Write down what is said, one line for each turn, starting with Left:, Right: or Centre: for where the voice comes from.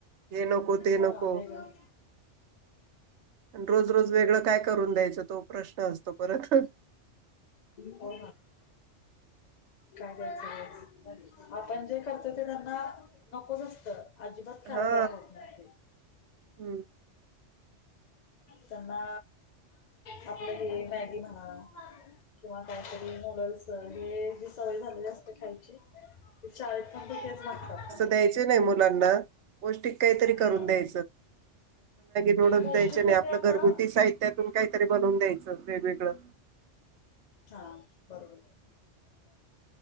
Right: हे नको ते
Left: हा
Right: नको.
Left: वेगळं
Right: रोज रोज वेगळं काय करून द्यायचं तो प्रश्न असतो परत
Left: हो काय द्यायचं आपण जे करतो ते त्यांना नकोच असत. अजिबात खाला
Right: हा
Left: तयार होत
Right: हम्म.
Left: त्यांना आपलं हे मॅगी हा किंवा काहीतरी नूडल्स हे जी सवय झालेली असते खायची. शाळेत पण तुकेच मागतात.
Right: द्याय नाही मुलाना पष्ट काहीतरी करून
Left: हा
Right: द्याय. नूडल्स
Left: पौष्टिक
Right: द्यायचे नाही
Left: म्हणजे
Right: आपलं
Left: आता
Right: घरगुती साहित्यातून काहीतरी बनून द्यायचं वेगवेगळं
Left: हा बरोबर